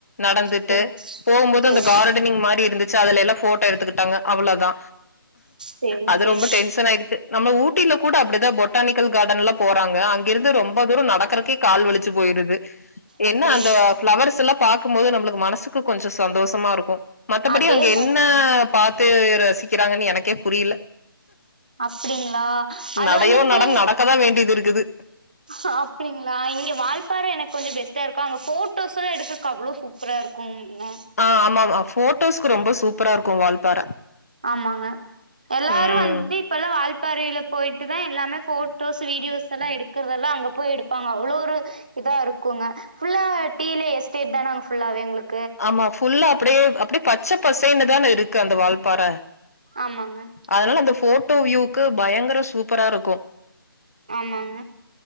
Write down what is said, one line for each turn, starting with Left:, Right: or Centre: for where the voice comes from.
Left: நடந்துட்டு
Right: செரி
Left: போம்போது
Right: செரி
Left: அந்த கார்டனிங் மாரி இருந்துச்சு அதுல எல்லா ஃபோட்டோ எடுத்துக்கிட்டாங்க அவ்ளோதா
Right: செரி
Left: அது
Right: செரி
Left: ரொம்ப டென்ஷன் ஆயிடுச்சு நம்ம ஊ ட்டில கூட அப்பிடிதா பொட்டானிக்கல் கார்டன்லா போறாங்க அங்கிருந்து ரொம்ப தூரோ நடக்கிறதுக்கே கால் வலிச்சு போயிருது
Right: அப்டிங்களா
Left: என்ன அந்த ஃப்ளவர்ஸ்ல்லா பாக்கும்போது நம்மளுக்கு மனசுக்கு கொஞ்சோ சந்தோஷமா இருக்கு மத்தபடி
Right: அதே
Left: அங்க
Right: மாரி
Left: என்ன பாத்து ரசிக்கிறாங்கன்னு எனக்கே புரியல
Right: அப்பிடிங்களா அது
Left: நடையோ
Right: வந்துட்டு
Left: நட நடக்கதான் வேண்டியது இருக்குது.
Right: ஆ அப்பிடிங்களா இங்க வால்பாற எனக்கு கொஞ்சோ பெஸ்டா இருக்கு அங்க போட்டோஸ் எல்லா எடுக்கக்கு அவ்ளோ சூப்பரா இருக்குங்க
Left: ஆ ஆமா ஆமா போட்டோஸ்க்கு ரொம்ப சூப்பரா இருக்கு வால்பாற
Right: ஆமாங்க எல்லாரு
Left: ம்
Right: வந்துட்டு இப்போல்லா வால்பாரையில போயிட்டு தா எல்லாமே ஃபோட்டோஸ் வீடியோஸ் எல்லா எடுக்கிறதெல்லா அங்கே போய் எடுப்பாங்க அவ்ளோ ஒரு இதா இருக்குங்க ஃபுல்லா டீ எஸ்டேட் தான்ங்கஃபுல்லாவே உங்களுக்கு
Left: ஆமா ஃபுல்லா அப்படியே அப்படியே பச்ச பசன்னுதானே இருக்கு அந்த வாழ்ப்பாற
Right: ஆமாங்க
Left: அதனால அந்த ஃபோட்டோ வியூக்கு பயங்கர சூப்பரா இருக்கு
Right: ஆமாங்க